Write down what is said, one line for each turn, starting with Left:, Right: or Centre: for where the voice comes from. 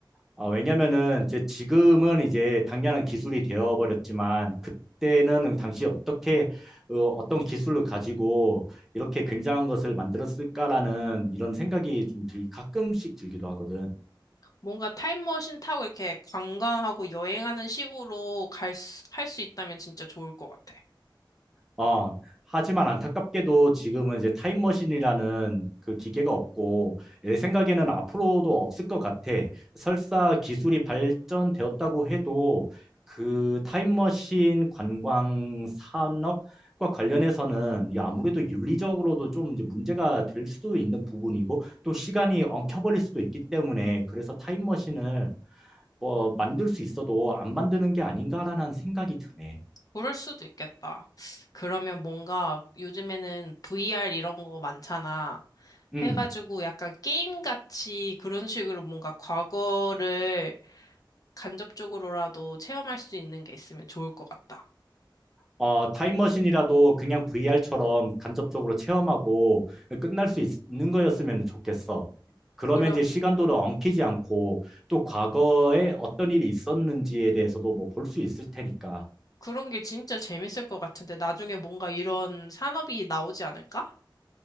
Centre: 아, 왜냐면은 이제 지금은 이제 당연한 기술이 되어버렸지만 그때는 당시 어떻게 어, 어떤 기술을 가지고 이렇게 굉장한 것을 만들었을까라는 이런 생각이 좀 들, 가끔씩 들기도 하거든.
Left: 뭔가 타임머신 타고 이렇게 관광하고 여행하는 식으로 갈 수, 할 수 있다면 진짜 좋을 것 같아.
Centre: 어, 하지만 안타깝게도 지금은 이제 타임머신이라는 그 기계가 없고, 내 생각에는 앞으로도 없을 것 같아. 설사 기술이 발전되었다고 해도 그 타임머신 관광 산업과 관련해서는 이게 아무래도 윤리적으로도 좀 이제 문제가 될 수도 있는 부분이고, 또 시간이 엉켜버릴 수도 있기 때문에, 그래서 타임머신을 뭐 만들 수 있어도 안 만드는 게 아닌가라는 생각이 드네.
Left: 그럴 수도 있겠다. 그러면 뭔가 요즘에는 VR 이런 거 많잖아.
Centre: 음.
Left: 해가지고 약간 게임같이 그런 식으로 뭔가 과거를 간접적으로라도 체험할 수 있는 게 있으면 좋을 것 같다.
Centre: 어, 타임머신이라도 그냥 VR처럼 간접적으로 체험하고 끝날 수 있, 는 거였으면 좋겠어. 그러면
Left: 그런,
Centre: 이제 시간도를 엉키지 않고 또 과거에 어떤 일이 있었는지에 대해서도 뭐 볼 수 있을 테니까.
Left: 그런 게 진짜 재밌을 것 같은데 나중에 뭔가 이런 산업이 나오지 않을까?